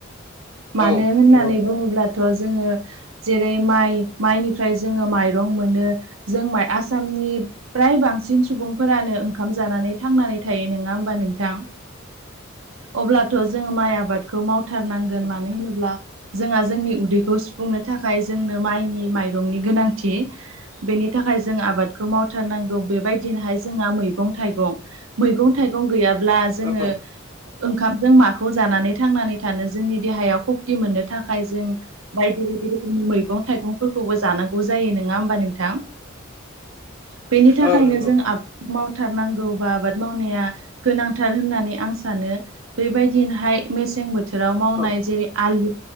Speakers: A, on the right (about 75°); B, on the right (about 25°).
A: मानो
B: औ
A: होननानै
B: नंगौ
A: बुंङोब्लाथ' जोङो जेरै माइ माइनिफ्राय जोङो माइरं मोनो जों माइ आसामनि फ्राय बांसिन सुबुंफोरानो ओंखाम जानानै थांनानै थायो नोङा होमबा नोंथां अब्लाथ' जों माइ आबाद खौ मावथारनांगोन
B: औ
A: मानो होनोब्ला जोंहा जोंनि उदैखौ सुफुंनो थाखाय जोंनो माइनि माइरंनि गोनांथि बेनि थाखाय जों आबादखौ मावथारनांगौ बेबायदिनोहाय जोंहा मैगं थाइगं मैगं थाइगं गैयाब्ला जोङो
B: औ
A: ओंखामजों माखौ जानानै थांनानै थानो जोंनि देहायाव खक्ति मोननो थाखाय जों बायदि बायदि रोखोमनि मैगं थाइगंफोरखौबो जानांगौ जायो नोङा होमबा नोंथां
B: <inaudible>
A: बेनि थाखायनो
B: औ नंगौ
A: जों आबाद मावथारनांगौ बा आबाद मावनाया गोनांथार होननानै आं सानो बेबायदिनोहाय मेसें बो बोथोराव मावनाय
B: औ
A: जेरै आलु